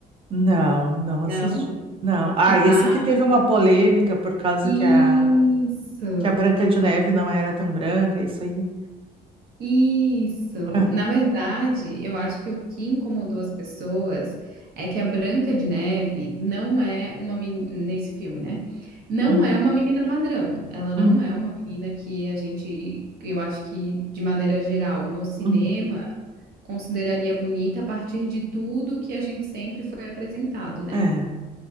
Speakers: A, on the right; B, on the right.
A: Não, não
B: não?
A: assisti. Não. Ah,
B: Que
A: esse
B: tá
A: que teve uma polêmica por causa
B: Isso,
A: que a, que a Branca de Neve não era tão branca, isso aí.
B: isso.
A: É.
B: Na verdade, eu acho que o que incomodou as pessoas é que a Branca de Neve não é uma menina, nesse filme, né? Não
A: Uhum,
B: é uma menina padrão. Ela não
A: uhum,
B: é uma menina que a gente, que eu acho que de maneira geral, no cinema,
A: uhum.
B: consideraria bonita a partir de tudo que a gente sempre foi apresentado, né?
A: É.